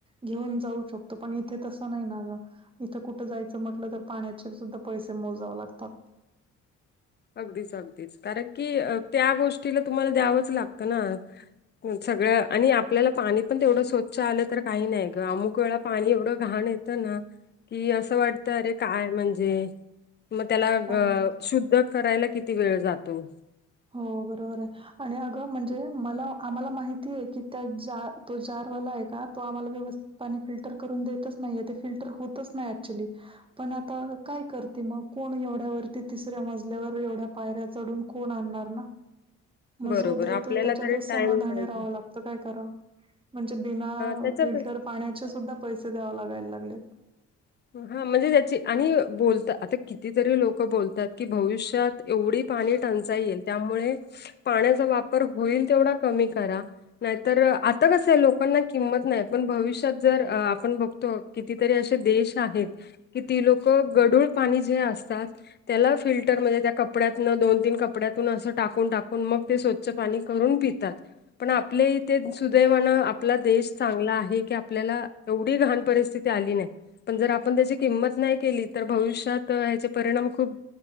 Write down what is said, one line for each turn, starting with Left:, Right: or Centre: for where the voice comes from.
Right: घेऊन जाऊ शकतो पण इथे तसं नाही नाझा इथं कुठं जायचं म्हटलं तर पाण्याचे सुद्धा पैसे मोजावे लागतात
Left: अगदीच अगदीच कारण की त्या गोष्टीला तुम्हाला द्यावंच लागतं ना सगळं आणि आपल्याला पाणी पण तेवढं स्वच्छ आलं तर काही नाही ग अमुक वेळा पाणी एवढं घाण आहे त्यांना कि असं वाटत अरे काय म्हणजे मग त्याला
Right: आत
Left: शुद्ध करायला किती वेळ जातो
Right: हो बरोबर आहे आणि अगं म्हणजे मला आम्हाला माहिती आहे की त्या तो जारवाला आहे का तो आम्हाला व्यवस्थित पाणी फिल्टर करून देतच नाहीे ते फिल्टर होतच नाही ऍक्च्युली पण आता काय करते मग कोण एवढ्यावरती तिसऱ्या मजल्यावर एवढ्या पायऱ्या चढून कोण मग
Left: बरोबर
Right: जो देतोय
Left: आपल्याला
Right: त्याच्यात
Left: तरी
Right: समाधाने
Left: टाइम पाहिजे
Right: राहावं लागतं काय करावं म्हणजे बिना
Left: त्याच्यातच
Right: फिल्टर पाण्याचे सुद्धा पैसे द्यावा लागायला लागलेत
Left: हा म्हणजे त्याची आणि बोलत आता कितीतरी लोक बोलतात की भविष्यात एवढी पाणी टंचा येल त्यामुळे पाण्याचा वापर होईल तेवढा कमी करा नाहीतर आता कसं आहे लोकांना किंमत नाही पण भविष्यात जर आपण बघतो कितीतरी असे देश आहेत कि ती लोक गढूळ पाणी जे असतात त्याला फिल्टर म्हणजे त्या कपड्यातन दोन तीन कपड्यातून असं टाकून टाकून मग ते ् पाणी करून पितात पण आपले इथे सुदैवान आपला देश चांगला आहे की आपल्याला एवढी घहण परिस्थिती आली नाही पण जर आपण त्याची किंमत नाही केली तर भविष्यात ह्याचे परिणाम खूप